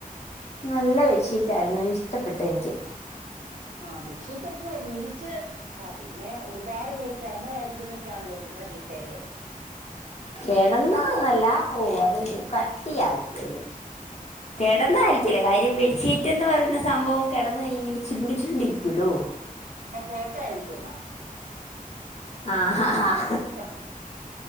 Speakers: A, on the left; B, on the right.
A: നല്ല ബെഡ്ഷീറ്റായിരുന്നു ഇഷ്ടപ്പെട്ടു എനിക്ക്.
B: ആ ബെഡ്ഷീറ്റൊക്കെ വിരിച്ച് ആ പിന്നെ ഒരുപാട് പേര് കിടന്നതായിരിക്കും എന്നൊക്കെയാണല്ലോ നിങ്ങടെ ചിന്ത അതല്ലേ
A: കെടന്നതന്നല്ല ഓ അതൊരു
B: ഉം
A: കട്ടിയായിരിക്കു അതിന്.
B: അതിനിപ്പോ
A: കെടന്നതായിരിക്കില്ല
B: എന്നാ
A: കാര്യം ബെഡ്ഷീറ്റ് എന്ന് പറയുന്ന സംഭവം കിടന്നു കഴിഞ്ഞ ഇങ്ങന ചുരുണ്ടു ചുരുണ്ടിരിക്കൂലോ.
B: അപ്പൊ പോത്തായിരിക്കും എന്നാ.
A: ആ ആ
B: ആ